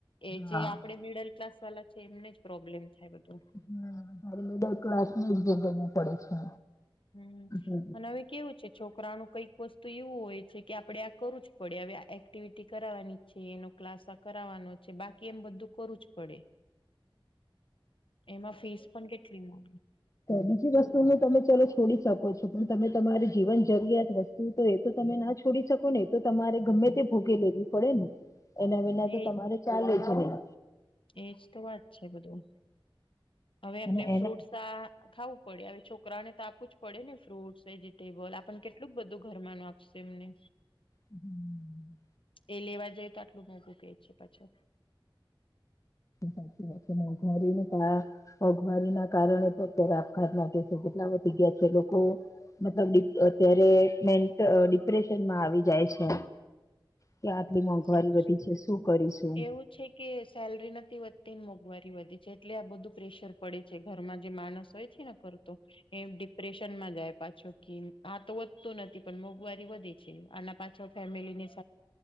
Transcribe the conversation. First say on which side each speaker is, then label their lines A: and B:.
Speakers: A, on the left (about 70°); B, on the left (about 35°).
A: એ જે
B: હા
A: આપડે મીડલ ક્લાસ વાલા છે એમને જ પ્રોબ્લેમ થાય બધું
B: હમ્મ મિડલ ક્લાસ ન જ પડે છે.
A: હમ્મ
B: હમ.
A: અને હવે કેવું છે છોકરાનું કંઈક વસ્તુ એવું હોય છે કે આપડે આ કરું જ પડે હવે આ એક્ટિવિટી કરાવવાની છે એનો ક્લાસ કરાવનો છે બાકી એમ બધું કરું જ પડે. એમાં ફીસ પણ કેટલી મળે
B: બીજી વસ્તુને તમે ચલો છોડી શકો છો પણ તમે તમારી જીવન જરૂરિયાત વસ્તુ તો એ તો તમે ના છોડી શકો ને એ તો તમારે ગમે તે ભોગે લેવી પડે ને. એના વિના તો
A: એ
B: તમારે ચાલે જ નહી.
A: એજ તો વાત છે બધું હવે આપણે
B: અને એના
A: ફ્રૂટસ આ ખાવું પડે હવે જો કરા તો આપું જ પડે ને ફ્રૂટ વેજીિટેબલ આપણ કેટલુંક બધું ઘર ન આપશે એમને
B: હમ્મ.
A: એ લેવા જઈ તો આટલું મોંઘું કે છે પાછો.
B: સાચી વાત છે મોઘવારી મોંઘવારી ના કારણે તો અત્યારે આપઘાત લાગે છે કેટલા વધી ગયા છે લોકો મતલબ અત્યારે મેન્ટ ડિપ્રેશનમાં આવી જાય છે. કે
A: હમ
B: આટલી મોંઘવારી
A: એવું
B: બધી
A: જ
B: છે શું કરીશું.
A: એવું છે કે સેલરી નથી વધતી ને મોંઘવારી વધે છે એટલે આ બધું પ્રેશર પડે છે ઘરમાં માણસ હોય છે ના કર એ ડિપ્રેશન માં જાય. પાછો કે આ તો વધતું નથી પણ મોંઘવારી વધે છે આના પાછો ફેમિલી ની